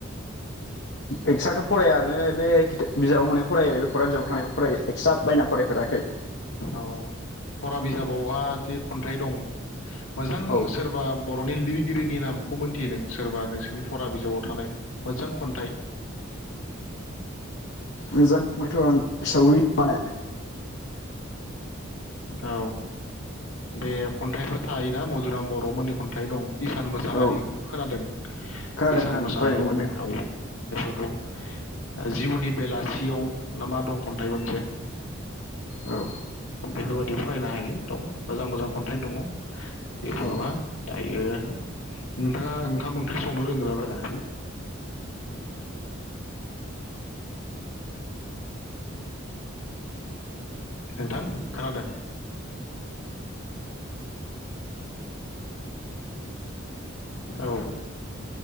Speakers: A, on the left; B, on the left.
A: एक्सट्राथ' फराया आरो बे किथाब बिजाबाव मोननाय फरायो आरो बे फराय बिजाबाव थानायखौ फरायायो एक्स्रा बायनानै फरायफेराखै।
B: औ फरा बिजाबावहा दि खन्थाइ दं मोजां
A: औ
B: सोरबा बर'नि लिर गिरिनि नामखौ मोनथियो नों सोरबा नोंसोरनि फरा बिजाबाव थानाय मोजां खन्थाइ
A: मोजां <unintelligible> आं हिसाबै माने
B: औ बे खन्थाइफोर थायोना मधुराम बर'मोननि खन्थाइ दं। इसान मोसाहारि
A: औ
B: खोनादों
A: खोनादों
B: इसान
A: खोनादों
B: मोसाहारिमोननि
A: फरायनोबो मोनदों
B: राव बेफोरखौ ओ जिउनि बेलासियाव ना मा दं खन्थाइ मोनसे
A: औ
B: बेफोरबायदि फरायनो हायो दं मोजां मोजां खन्थाइ दङ। जेबो
A: औ
B: नङा दायो नोंथाङा ओंखाम ओंख्रि संनो रोंगोना रोङा? नोंथां खोनादों औ